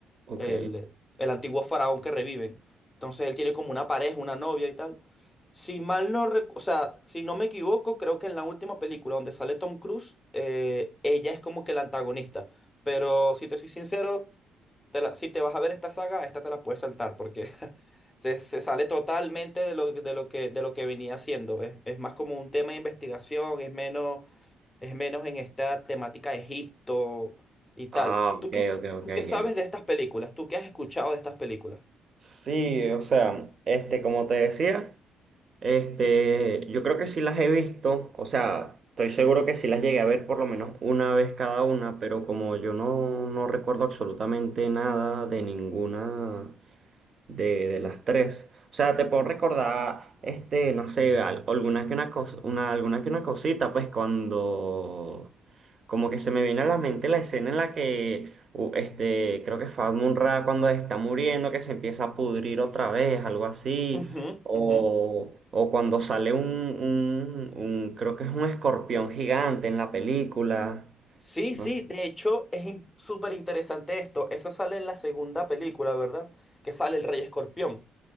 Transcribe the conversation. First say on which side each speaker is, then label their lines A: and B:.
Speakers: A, on the right (about 45°); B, on the left (about 15°).
A: Ok.
B: el, el antiguo faraón que reviven. Entonces él tiene como una pareja, una novia y tal. Si mal no, rec- o sea, si no me equivoco, creo que en la última película donde sale Tom Cruise, eh, ella es como que la antagonista. Pero si te soy sincero, te la- si te vas a ver esta saga, esta te la puedes saltar porque <laughs> se, se sale totalmente de lo, de lo que, de lo que venía haciendo. Es, es más como un tema de investigación, es menos es menos en esta temática de Egipto y tal.
A: Ah, ok,
B: ¿Tú qué,
A: ok, ok,
B: tú
A: ok.
B: qué sabes de estas películas? ¿Tú qué has escuchado de estas películas?
A: Sí, o sea, este, como te decía, este, yo creo que sí las he visto, o sea, estoy seguro que sí las llegué a ver por lo menos una vez cada una, pero como yo no, no recuerdo absolutamente nada de ninguna, de, de las tres. O sea, te puedo recordar, este, no sé, al- alguna que una cos- una, alguna que una cosita, pues cuando como que se me viene a la mente la escena en la que u- este, creo que fue Munra cuando está muriendo, que se empieza a pudrir otra vez, algo así.
B: Ujú,
A: O,
B: ujú.
A: o cuando sale un, un, un, creo que es un escorpión gigante en la película.
B: Sí,
A: No
B: sí,
A: sé.
B: de hecho es in- súper interesante esto. Eso sale en la segunda película, ¿verdad? Que sale el Rey Escorpión.